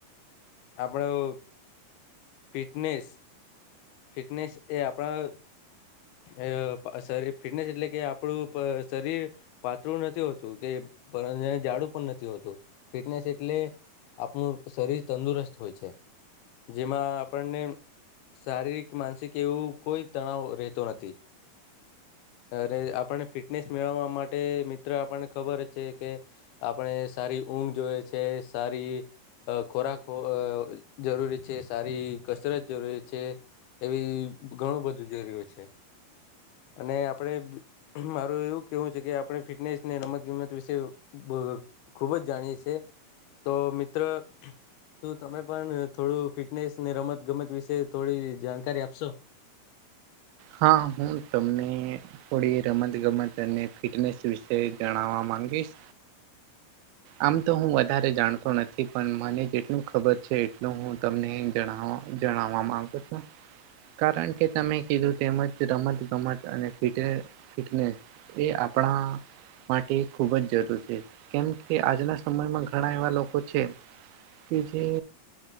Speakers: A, on the left; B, on the right.
A: આપણો ફિટનેસ ફિટનેસ એ આપણા અ પ શરીર ફિટનેસ એટલે કે આપણું પ શરીર પાતળું નથી હોતું કે પરંતુ જાડું પણ નથી હોતું ફિટનેસ એટલે આપણું શરીર તંદુરસ્ત હોય છે જેમાં આપણને શારીરિક, માનસિક એવું કોઈ તણાવ રહેતો નથી. અ રે આપણને ફિટનેસ મેળવવા માટે મિત્ર આપણને ખબર જ છે કે આપણે સારી ઊંઘ જોઈએ છે સારી અ ખોરાક હો અ જરૂરી છે, સારી કસરત જરૂરી છે, એવી ઘણું બધું જરૂરી હોય છે અને આપણે મારું એવું કેવું છે કે આપણે ફિટનેસને રમત ગમત વિશે <inaudible> ખુબ જ જાણીએ સીએ તો મિત્ર શું તમે પણ થોડું ફિટનેસને રમત ગમત વિશે થોડી જાણકારી આપશો?
B: હા હું તમને થોડી રમત ગમત અને ફિટનેસ વિશે જણાવવા માંગીશ. આમ તો હું વધારે જાણતો નથી પણ મને જેટલું ખબર છે એટલું હું તમને જણાવ જણાવવા માંગુ છું કારણ કે તમે કીધું તેમજ રમત ગમત અને ફિટ ફિટનેસ એ આપણા માટે ખૂબ જ જરૂર છે. કેમ કે આજના સમયમાં ઘણા એવા લોકો છે. કે જે